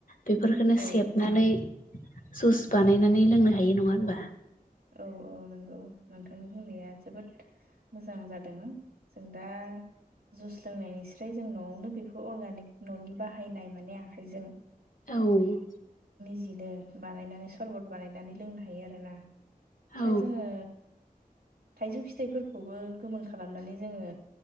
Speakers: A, on the left; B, on the right.
A: बेफोरखोनो
B: औ
A: सेबनानै
B: नोंथां
A: जुस बानायनानै लोंनो हायो नङा होनबा
B: औ औ औ नोंगौ। नोंथांनि बुंनाया जोबोद मोजां जादों जों दा जुस लोंनायनिस्राय जों न'आवनो बेफोर अर्गानिक न'नि बाहायनाय माने आखाइजों
A: औ।
B: बिदिनो बानायनानै सरबत बानायनानै लोंनो हायो आरो ना
A: औ
B: दा जोङो थाइजौ फिथाइफोरखौबो गोमोन खालामनानै जोङो